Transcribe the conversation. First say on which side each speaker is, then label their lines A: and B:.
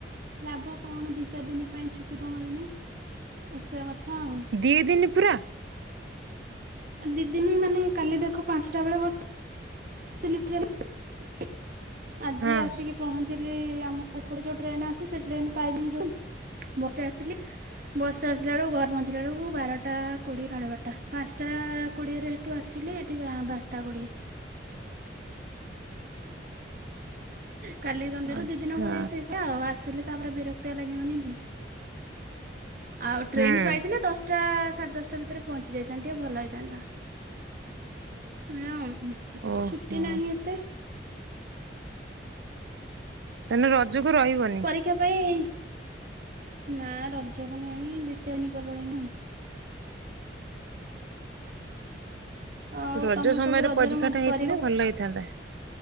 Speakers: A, on the right; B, on the right.
A: ଲାଭ କଣ ଦି ଚାରି ଦିନ ପାଇଁ ଛୁଟି ତ ମିଳୁନି, ଆସିବା କଥା ଆଉ।
B: ଦି ଦିନ ପୁରା?
A: ଦି ଦିନ ମାନେ କାଲି ଦେଖ ପାଞ୍ଚଟା ବେଳେ ବସ ସିଲି ଟ୍ରେନ ରେ ଆଜି
B: ହଁ
A: ଆସିକି ପହଞ୍ଚିଲି ଆମ ଏପଟେ ଯୋଉ ଟ୍ରେନ ଆସି ସେ ଟ୍ରେନ ପାଇନି ଯୋଉ ବସ ରେ ଆସିଲି। ବସରେ ଆସିଲା ବେଳକୁ ଘରେ ପହଞ୍ଚିଲା ବେଳକୁ ବାରଟା କୋଡିଏ ସାଢେ ବାରଟା, ପାଞ୍ଚଟା କୋଡିଏରେ ରୁ ଆସିଲି ଏଠି ବା - ବାରଟା କୋଡ଼ିଏ। କାଲି ଦନ୍ଦରେ
B: ଆଚ୍ଛା
A: ଦି ଦିନ ଭଳିଆ ସେ ଆଉ ଆସିଲେ ତାପରେ ବିରକ୍ତିଆ ଲାଗିବନି କି, ଆଉ
B: ହୁଁ।
A: ଟ୍ରେନ ପାଇଥିଲେ ଦଶ ଟା ସାଢେ ଦଶଟା ଭିତରେ ପହଞ୍ଚି ଯାଇଥାନ୍ତି ଆଉ ଭଲ ହେଇଥାନ୍ତା, ଏୟା ଆଉ।
B: ଓହୋ
A: ଛୁଟି ନାହିଁ ଏତେ।
B: ମାନେ ରଜକୁ ରହିବନି?
A: ପରୀକ୍ଷା ପାଇଁ, ନା ରଜକୁ ନାହିଁ ଦି ଚାରି ଦିନ ପରେ ପଳେଇବି ଆଉ। ଆଉ
B: ରଜ
A: ତମେ
B: ସମୟରେ
A: ସବୁ ରଜରେ
B: ପରୀକ୍ଷା
A: ମଜ
B: ଟା ହେଇଥିଲେ
A: କରିବ
B: ଭଲ ହେଇଥାନ୍ତା।